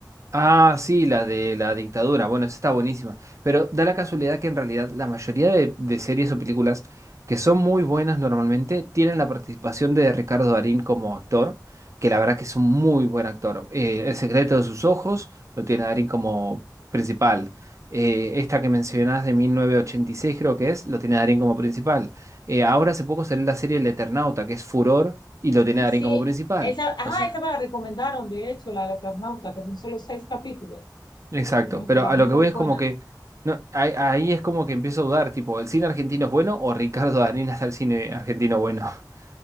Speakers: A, on the right (about 45°); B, on the left (about 70°).
A: Ah, sí, la de la dictadura. Bueno, esa está buenísima. Pero da la casualidad que en realidad la mayoría de, de series o películas que son muy buenas normalmente tienen la participación de Ricardo Darín como actor, que la verdad que es un muy buen actor. Eh, El secreto de sus ojos lo tiene a Darín como principal. Eh, esta que mencionás de 1986 creo que es, lo tiene a Darín como principal. Eh, ahora hace poco salió la serie El Eternauta, que es furor, y lo tiene
B: Ay,
A: a Darín
B: Sí,
A: como principal.
B: esa, ajá,
A: O sea.
B: esa me la recomendaron, de hecho, la de Eternauta, que son solo seis capítulos,
A: Exacto,
B: me dijeron
A: pero
B: que era
A: a
B: muy
A: lo que voy
B: buena.
A: es como que no, ahí, ahí es como que empiezo a dudar, tipo, ¿el cine argentino es bueno o Ricardo Darín es el cine argentino bueno? <laughs>